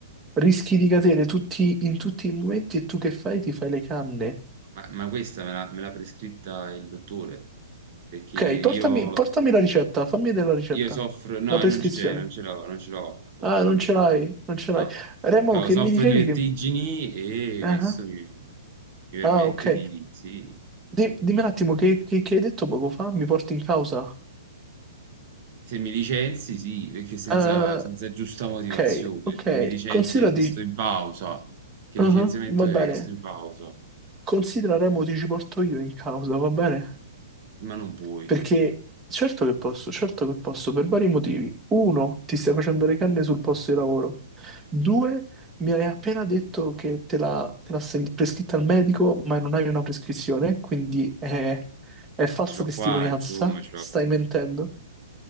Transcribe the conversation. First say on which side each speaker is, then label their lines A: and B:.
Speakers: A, on the right; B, on the right.
A: rischi di cadere tutti- in tutti i momenti e tu che fai? Ti fai le canne.
B: ma, ma questa me l'ha me l'ha prescritta il dottore, perché
A: Ok,
B: io,
A: portami, portami la ricetta, fammi vedere la ricetta,
B: io soffro... No,
A: la prescrizione.
B: non c'è, non ce l'ho, non ce l'ho qua
A: Ah,
B: con
A: non
B: me,
A: ce l'hai, non ce
B: no.
A: l'hai. Remo,
B: Cioè,
A: che
B: soffro
A: mi dicevi
B: di vertigini
A: che...
B: e
A: Ah,
B: questo mi, mi permette
A: ah, ok.
B: di... Sì,
A: Di- dimmi un attimo, che, che- che hai detto poco fa? Mi porti in causa?
B: se mi licenzi, sì, perché senza,
A: Ah,
B: senza giusta motivazione,
A: ok, ok,
B: che mi licenzi,
A: considerati...
B: che sto in pausa, che
A: ah,
B: licenziamento
A: va bene,
B: è che sto in pausa.
A: considera Remo, ti ci porto io in causa, va bene?
B: Ma non puoi,
A: Perché certo che posso, certo che posso, per vari motivi. Uno, ti stai facendo le canne sul posto di lavoro. Due, mi hai appena detto che te l'ha te l'ha seg- prescritta il medico, ma non hai una prescrizione, quindi è, è falsa
B: ce l'ho
A: testimonianza.
B: qua, insomma, ce
A: Stai
B: l'ho...
A: mentendo?